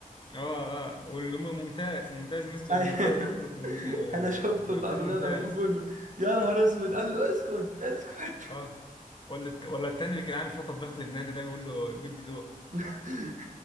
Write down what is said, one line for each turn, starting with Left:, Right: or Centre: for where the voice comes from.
Left: آه آه واللي هو ممتاز ممتاز مس- ممتاز
Right: أيوة. <laughs>
Left: برضه كان اسمه
Right: انا شفت
Left: الأستاذ
Right: اللقطه
Left: ممتاز
Right: ديت اما كان بيقول له يا نهار اسود قال له اسكت اسكت
Left: آه ولا الت- ولا التاني اللي كان عامل فيها طباخ لبناني ده بيقول له بدي دوق
Right: <laughs>